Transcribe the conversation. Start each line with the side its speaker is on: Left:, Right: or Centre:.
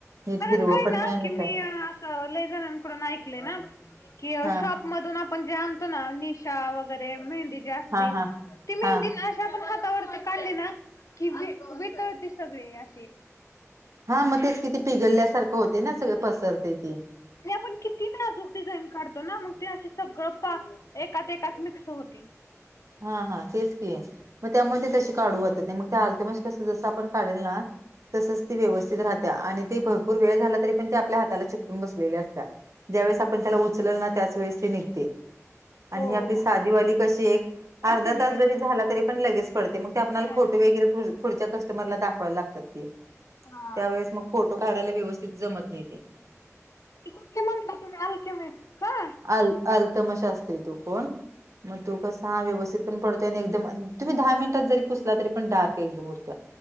Right: नीट
Left: कारण
Right: हिरवं
Left: काय
Right: पण
Left: ना
Right: नाही आणि
Left: की मी
Right: काय
Left: अस ले जनाकडून ऐकल ना की
Right: हा
Left: शाॅप मधून आपण जे आणतो ना निशा वगैरे मेहंदी जी असती
Right: हा हा
Left: ती
Right: हा
Left: मेहंदी आपण हातावर काढले ना की वितळती सगळी अशी
Right: हा मग तेच किती पिघलल्यासारखं होते ना सगळे पसरते ते
Left: आणि आपण किती नाजूक डिझाईन काढतो ना मग ते असे सगळं एकात एकात ममिक्स होती
Right: हा हा तेच की आहे मग त्यामुळे ते तसे काढू वाटत नाही मग ते आलत म कसं जसं आपण काढेल ना तसच ती व्यवस्थित राहत्या आणि त भरपूर वेळ झाला तरी पण त्या आपल्या हाताला चिटकवून बसलेले असते ज्यावेेळेस आपण त्याला उचलल ना त्यांचं वेळेस त निघते आणि
Left: हो
Right: ही आपली साधीवाली
Left: मग
Right: कशी एक
Left: पडते
Right: अर्धा
Left: लगेच
Right: तास जरी झाला तरी पण लगेच पडते मग ते आपला
Left: पडायला
Right: फोटो
Left: लागते
Right: वगैरे पुढच्या कस्टमरला दाखवायला लागतात की
Left: हा
Right: त्यावेेळेस मग फोटो काढायला व्यवस्थित जमत नाही ते
Left: कुठे म्हणलं तुम्ही अल्केमिक्स का
Right: आल आल्तमशा असतेय तो कोण मग तो कसा हा व्यवस्थित पण पडत त्याने एकदम तुम्ही दहा मिनिटात जरी पुसला तरी पण डार्क एकदम उरत्या